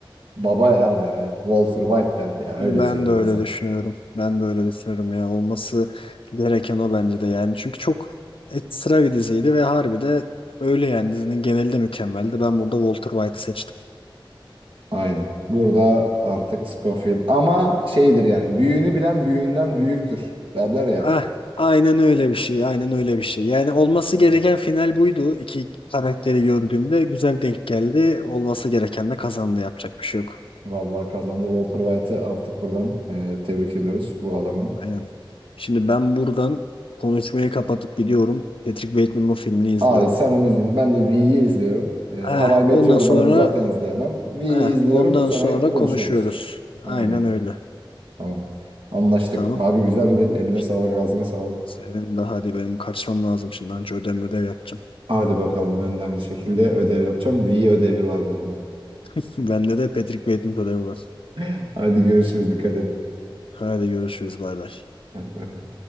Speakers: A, on the right; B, on the left.
A: Baba ya derdi. Walter White derdi ya. Öyle
B: Ben
A: söyleyeyim
B: de öyle
A: ben sana.
B: düşünüyorum. Ben de öyle düşünüyorum ya. Olması gereken o bence de yani. Çünkü çok ekstra bir diziydi ve harbi de öyle yani. Dizinin geneli de mükemmeldi. Ben burada Walter White'ı seçtim.
A: Aynen. Burada artık Scofield. Ama şeydir yani. Büyüğünü bilen büyüğünden büyüktür. Derler ya.
B: Ah, aynen öyle bir şey. Aynen öyle bir şey. Yani olması
A: Evet.
B: gereken final buydu. İki karakteri gördüğümde güzel denk geldi. Olması gereken de kazandı. Yapacak bir şey yok.
A: Vallahi kazandı Walter White'ı artık buradan e, tebrik ediyoruz bu adamı.
B: Aynen. Şimdi ben buradan konuşmayı kapatıp gidiyorum. Patrick Bateman'ın o filmini izliyorum.
A: Abi sen onu izle. Ben de V'yi izliyorum. E,
B: Eh,
A: How I Met
B: ondan
A: Your Mother'ı
B: sonra
A: zaten izleyemem. V'yi
B: Eh,
A: izliyorum.
B: ondan
A: Sonra
B: sonra
A: buluşuyoruz.
B: konuşuyoruz. Aynen
A: Aynen.
B: öyle.
A: Tamam. Anlaştık.
B: Tamam.
A: Abi güzeldi. Eline
B: İşte
A: sağlık, ağzına sağlık.
B: senin de hadi benim kaçmam lazım şimdi. Önce ödev ödev yapacağım.
A: Hadi bakalım ben de aynı şekilde ödev yapacağım. V ödevi var bende.
B: <laughs> Bende de Patrick Bateman ödevi var.
A: <laughs> Hadi görüşürüz. Dikkat et.
B: Hadi görüşürüz. Bay bay.
A: Hadi bay bay.